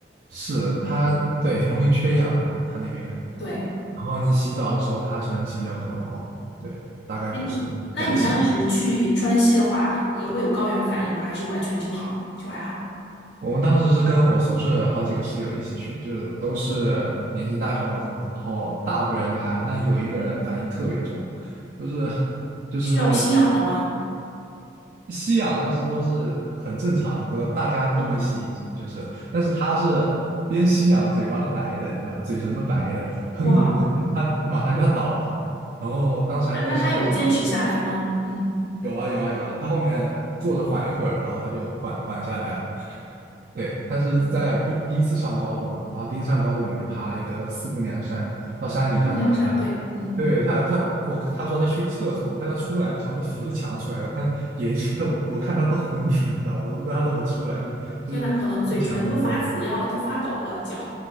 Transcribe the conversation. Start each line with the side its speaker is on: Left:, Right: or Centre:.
Right: 是它对容易缺氧嘛，它那边。然
Left: 对，
Right: 后你洗澡的时候，他水蒸气比较多了哦。对，大概就是氧气瓶
Left: 嗯，那你当时去川西的话，也会有高原反应吗？还是完全就好，就还好？
Right: 我们当时是跟我宿舍好几个室友一起去，就是都是年轻大小伙子嘛，然后大部分人都还好，但有一个人反应特别重，就是就是
Left: 需要吸氧了吗？
Right: 吸氧，当时都是很正常的，大家都会吸，
Left: 那
Right: 就是，但是他是边吸氧，嘴巴都白的，你知道，嘴唇都白的，很恐怖，
Left: 哇。
Right: 他马上就要倒了。然后当时还在山上，
Left: 啊那他有坚持下来吗？嗯
Right: 有啊有啊有啊，他后面坐着缓一会儿，然后他就缓缓下来了。对，他是在一第一次上高中啊，
Left: 嗯，
Right: 然后第一次上高中我们就爬了一个四姑娘山，到山顶上之后，
Left: 姑娘山，
Right: 他
Left: 对，嗯，
Right: 对他他我他说他去厕所，我看他出来的时候都扶着墙出来，我看眼睛都我看他都昏了，你知道吗？我都不知道他怎么出来，就就是在墙挪出来。
Left: 天呐，可能嘴唇都发紫要都发抖了，脚